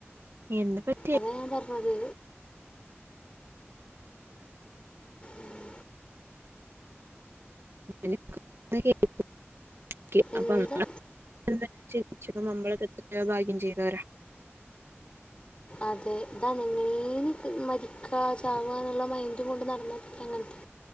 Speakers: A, on the right (about 60°); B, on the left (about 25°).
A: എന്താ പറ്റിയെ
B: അതാ ഞാൻ പറഞ്ഞത് ഉം
A: <unintelligible> <unintelligible>
B: എന്താ
A: നിങ്ങള് ഭാഗ്യം ചെയ്തവരാ
B: അതെ ഇതാ എങ്ങനെലും മരിക്കാ ചാവാന്നുള്ള മൈൻഡും കൊണ്ട് നടന്നാ പിന്നെ എങ്ങനെ